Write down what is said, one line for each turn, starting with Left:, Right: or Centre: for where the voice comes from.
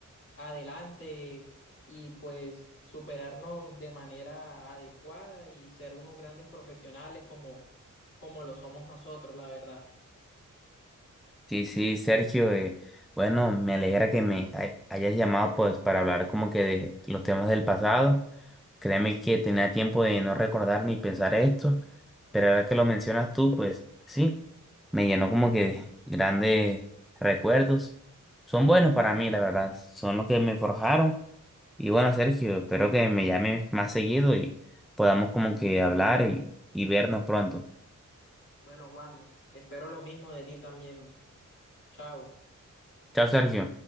Left: adelante y pues superarnos de manera adecuada y ser unos grandes profesionales como, como lo somos nosotros, la verdad.
Centre: Sí, sí, Sergio, eh, bueno, me alegra que me hay- hayas llamado pues para hablar como que de los temas del pasado. Créeme que tenía tiempo de no recordar ni pensar esto, pero ahora que lo mencionas tú, pues sí, me llenó como que de grandes recuerdos. Son buenos para mí, la verdad, son los que me forjaron. Y bueno, Sergio, espero que me llames más seguido y podamos como que hablar y, y vernos pronto.
Left: Bueno, Juan, espero lo mismo de ti también. Chao.
Centre: Chao, Sergio.